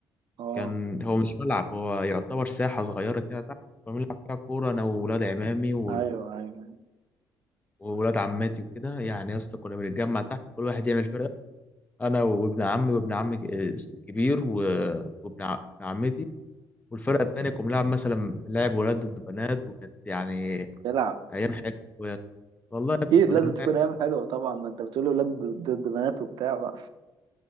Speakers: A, on the right; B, on the left.
A: اه
B: كان هو مش ملعب هو يعتبر ساحه صغيره كده تحت كنا بنلعب فيها كوره انا واولاد عمامي و-
A: ايوه ايوه
B: وولاد عماتي وكده يعني يا اسطى كنا بنتجمع تحت كل واحد يعمل فرقه انا وابن عمي وابن عمي الكبير و- وابن ع- ابن عمتي والفرقه التانيه كنا بنلعب مثلا بنلعب ولاد ضد بنات وكانت يعني
A: يلعب
B: ايام حلوه يا اسطى. والله يا ابني
A: اكيد
B: كنا
A: لازم
B: بنلعب
A: تكون ايام حلوه طبعا ما انت بتقول ولاد ضد بنات وبتاع بقى